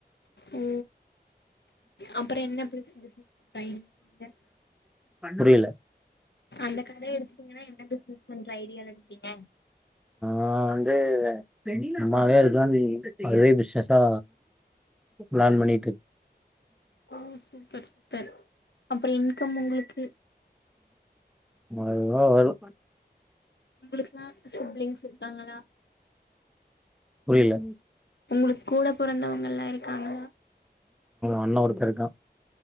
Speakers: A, on the left; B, in the centre.
A: ஓ அப்புற என்ன பிஸி பிஸினஸ் பண்ணிட்ருக்கீங்க
B: புரியல
A: அந்த கடைய எடுத்துட்டீங்கன்னா என்ன பிசினஸ் பண்ற ஐடியா ல இருக்கீங்க
B: நா வந்து சும்மாவே இருக்கலா அதுவே பிஸ்னஷா பிளான் பண்ணிட்டு
A: ஓ சூப்பர் பர் அப்றம் இன்கம் உங்களுக்கு
B: அதுவா வரு
A: உங்களுக்குலா சிப்லிங்ஸ் இருக்காங்களா
B: புரில
A: உங்களுக்கு கூட பொறந்தவங்க எல்லா இரு க்காங்களா
B: அண்ண ஒருத்த இருக்கா